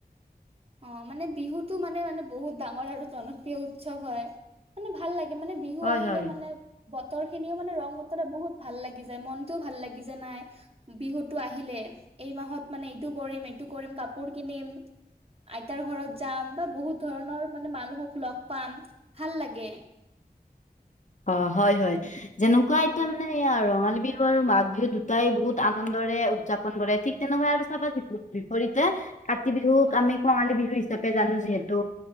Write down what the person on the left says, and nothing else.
হয়
হয়
অ হয় হয় যেনেকুৱা আইতা
মানে সেয়া ৰঙালী বিহু আৰু মাঘ বিহু দুটাই বহুত আনন্দৰে উদযাপন কৰে ঠিক তেনেকুৱা আৰু চাবা যিহোটি ভৰিতে কাতি বিহুক
আমি কঙালী বিহু হিচাপ পে জানো যিহেতু